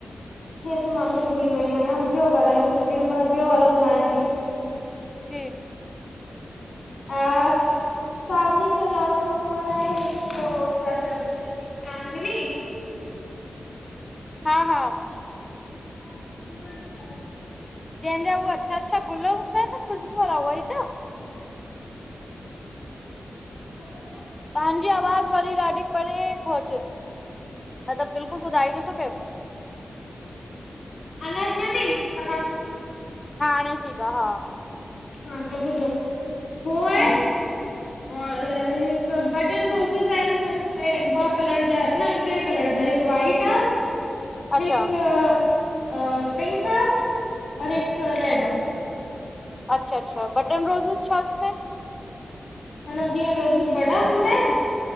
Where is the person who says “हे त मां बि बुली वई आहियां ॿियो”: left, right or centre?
Left